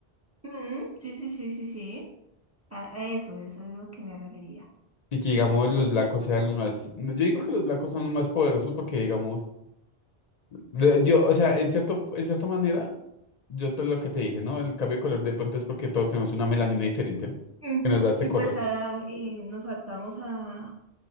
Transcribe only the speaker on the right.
Mm, Sí, sí, sí, sí, sí. A a eso, eso es lo que me refería.
Ujú,
Y
pues a- y nos adaptamos a,